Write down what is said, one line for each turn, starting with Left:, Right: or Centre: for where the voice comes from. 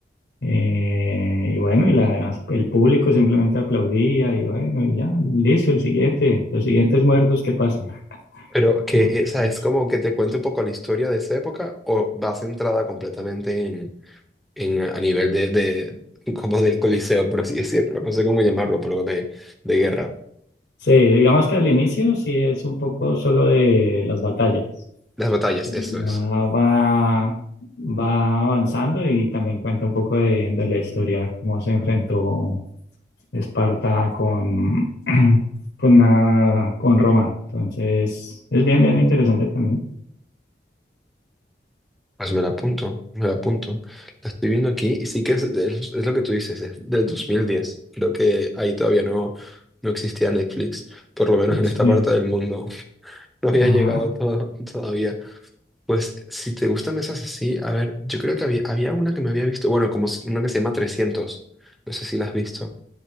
Left: eh, y bueno, y la- el público simplemente aplaudía y bueno, y ya, listo, el siguiente, los siguientes muertos que pasan.
Centre: Pero que,
Left: Entonces,
Centre: eh, o sea, es como que te cuente un poco la historia de esa época o va centrada completamente en, a nivel de, de, como del Coliseo, por así decirlo, no sé cómo llamarlo, pero de, de guerra.
Left: Sí, digamos que al inicio sí es un poco solo de las batallas.
Centre: Las batallas,
Left: Ya
Centre: eso es.
Left: va, va avanzando y también cuenta un poco de, de la historia, cómo se enfrentó Esparta con, <clears throat> con, la- con Roma. Entonces, es bien, bien
Centre: Mm.
Left: interesante también.
Centre: Pues me la apunto, me la apunto. La estoy viendo aquí y sí que es, es- es lo que tú dices, es del dos mil diez Creo que ahí todavía no, no existía Netflix, por lo menos en
Left: Sí,
Centre: esta parte del mundo. <laughs> No había
Left: ajá.
Centre: llegado todo, todavía. Pues si te gustan esas así, a ver, yo creo que había, había una que me había visto, bueno, como s- una que se llama trescientos No sé si la has visto.